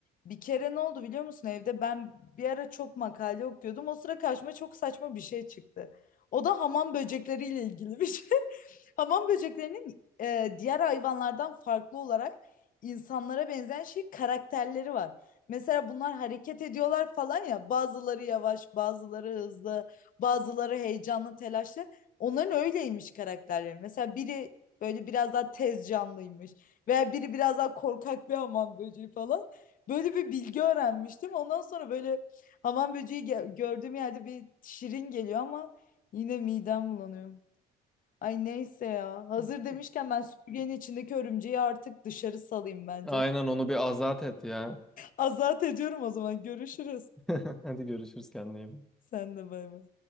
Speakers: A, on the left; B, in the centre.
A: Bir kere ne oldu biliyor musun evde? Ben bir ara çok makale okuyordum. O sıra karşıma çok saçma bir şey çıktı. O da hamam böcekleriyle ilgili bir şey. Hamam böceklerinin e, diğer hayvanlardan farklı olarak insanlara benzeyen şey karakterleri var. Mesela bunlar hareket ediyorlar falan ya. Bazıları yavaş, bazıları hızlı, bazıları heyecanlı, telaşlı. Onların öyleymiş karakterleri. Mesela biri böyle biraz daha tez canlıymış veya biri biraz daha korkak bir hamam böceği falan. Böyle bir bilgi öğrenmiştim. Ondan sonra böyle hamam böceği ge- gördüğüm yerde bir şirin geliyor ama yine midem bulanıyor. Ay neyse ya. Hazır demişken ben süpürgenin içindeki örümceği artık dışarı salayım bence.
B: Aynen onu bir azat et ya.
A: Azat ediyorum o zaman. Görüşürüz.
B: <laughs> Hadi görüşürüz kendine iyi bak.
A: Sen de bay bay.